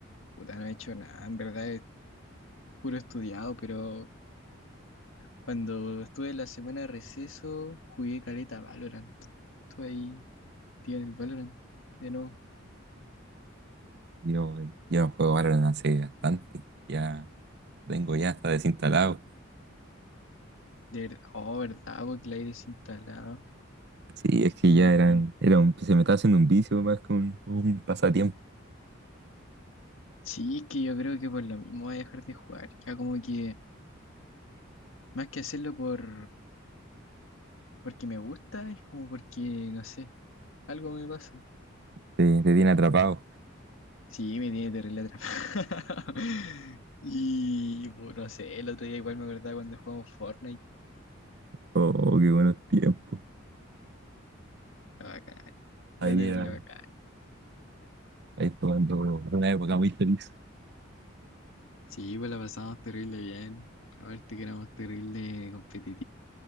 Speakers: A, on the left; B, on the right.
A: puta, no he hecho nada, en verdad es puro estudiado, pero cuando estuve en la semana de receso, jugué caleta Valorant. Estuve ahí, tío, en el Valorant, de nuevo.
B: Yo, yo no juego Valorant hace bastante. Ya tengo ya hasta desinstalado.
A: De verdad, oh, verdad, porque la aire instalado.
B: Sí, es que
A: Y
B: ya eran, era un- se me estaba haciendo un vicio más que un, un pasatiempo.
A: sí, es que yo creo que por lo mismo voy a dejar de jugar, ya como que más que hacerlo por porque me gusta, es como porque, no sé, algo me pasa.
B: Te, te tiene atrapado.
A: Sí, me tiene terrible atrapado. <laughs> Y, pues, no sé, el otro día igual me acordaba cuando jugamos Fortnite.
B: Oh, qué buenos tiempos.
A: Era Bacán,
B: Ahí
A: era terrible
B: era,
A: bacán.
B: ahí jugando una época muy feliz.
A: Sí, pues la pasamos terrible bien. Aparte que éramos terrible competitivos